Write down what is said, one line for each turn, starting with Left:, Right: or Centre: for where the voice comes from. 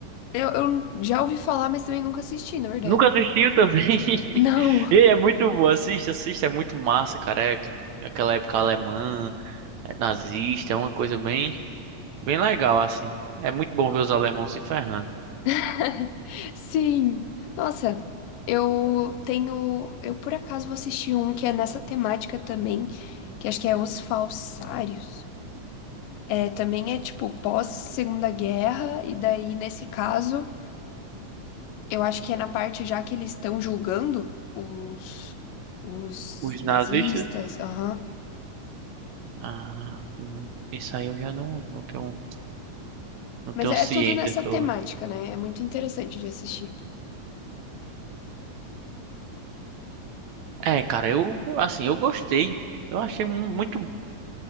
Left: Eu, eu já ouvi falar, mas também nunca assisti, na verdade.
Right: Nunca assistiu também. <laughs>
Left: Não.
Right: E é muito bom, assista, assista, é muito massa, cara. É aquela época alemã, é nazista, é uma coisa bem, bem legal assim. É muito bom ver os alemãos se ferrando.
Left: <laughs> Sim. Nossa, eu tenho. Eu por acaso vou assistir um que é nessa temática também, que acho que é Os Falsários. É, também é tipo pós-Segunda Guerra, e daí, nesse caso, eu acho que é na parte já que eles estão julgando os, os
Right: Os
Left: nazistas.
Right: nazistas?
Left: Aham.
Right: Ah, não. isso aí eu já não, não tenho. Não
Left: Mas
Right: tenho
Left: é,
Right: ciência
Left: é tudo nessa
Right: sobre.
Left: temática, né? É muito interessante de assistir.
Right: É, cara, eu, assim, eu gostei. Eu achei mu- muito.